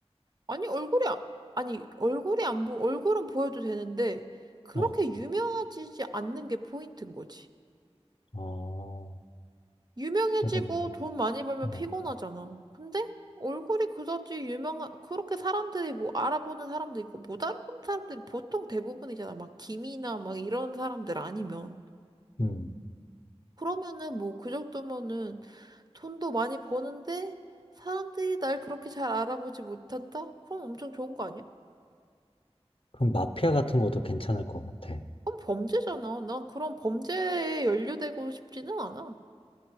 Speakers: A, on the right; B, on the left.
A: 아니, 얼굴이, 아- 아니, 얼굴이 안 보, 얼굴은 보여도 되는데, 그렇게
B: 어,
A: 유명해지지 않는 게 포인트인 거지.
B: 어.
A: 유명해지고
B: 그래서 뭐,
A: 돈 많이 벌면
B: 어.
A: 피곤하잖아. 근데 얼굴이 그다지 유명한, 그렇게 사람들이 뭐 알아보는 사람도 있고 못 알아보는 사람들이 보통 대부분이잖아. 막 김이나 막 이런 사람들 아니면.
B: 음.
A: 그러면은 뭐 그 정도면은 돈도 많이 버는데 사람들이 날 그렇게 잘 알아보지 못한다? 그럼 엄청 좋은 거 아니야?
B: 그럼 마피아 같은 것도 괜찮을 것 같아.
A: 그럼 범죄잖아. 난 그런 범죄에 연루되고 싶지는 않아.